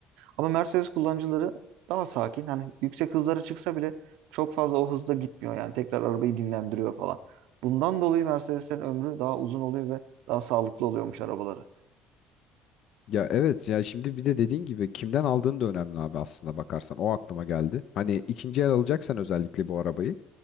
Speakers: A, on the right; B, on the left.
A: Ama Mercedes kullanıcıları daha sakin. Hani yüksek hızlara çıksa bile çok fazla o hızda gitmiyor. Yani tekrar arabayı dinlendiriyor falan. Bundan dolayı Mercedes'lerin ömrü daha uzun oluyor ve daha sağlıklı oluyormuş arabaları.
B: Ya evet ya şimdi bir de dediğin gibi kimden aldığın da önemli abi aslında bakarsan. O aklıma geldi. Hani ikinci el alacaksan özellikle bu arabayı